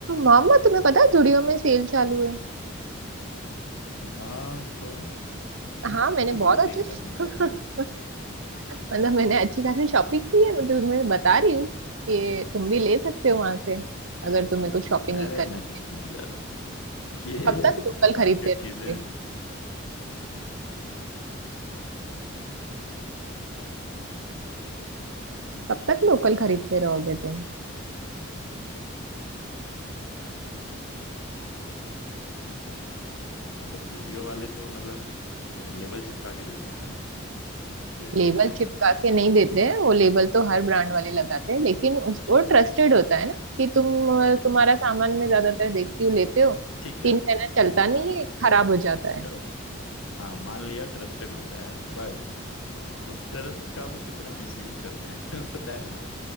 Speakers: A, on the right; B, on the left.
A: मामा तुम्हें पता है जुड़ियो में सेल चालू है
B: हाँ तो
A: हाँ
B: <laughs> जरूरी
A: मैंने
B: होगी
A: बहुत
B: सेल
A: अच्छे
B: का मैं क्या करूं
A: <laughs> मतलब मैंने अच्छी खासी शॉपिंग की है मतलब तुम्हें बता रही हूँ कि तुम भी ले सकते हो वहां से अगर तुम्हें कुछ शॉपिंग
B: अरे
A: करनी
B: नहीं
A: है
B: भैया ये
A: कब तक लोकल
B: ब्रांडेड
A: खरीदते रहोगे
B: चीजें
A: कब तक लोकल खरीदते रहोगे तुम
B: मतलब जूडियो वाले तो मतलब वो लेबल चिपका के देते हैं ना कि
A: लेबल चिपका
B: <laughs>
A: के नहीं देते हैं वो लेबल तो हर ब्रांड वाले लगाते हैं लेकिन उस वो ट्रस्टेड होता है ना कि तुम तुम्हारा सामान मैं ज्यादातर देखती हूँ लेते हो
B: ठीक
A: तीन
B: है
A: महीना चलता नहीं
B: मान के-
A: है खराब हो जाता है
B: चलो हाँ मान लिया ट्रस्टेड होता है बट उस ट्रस्ट का वो कितना मिसयूज करते हैं <laughs> तुम्हें पता है ना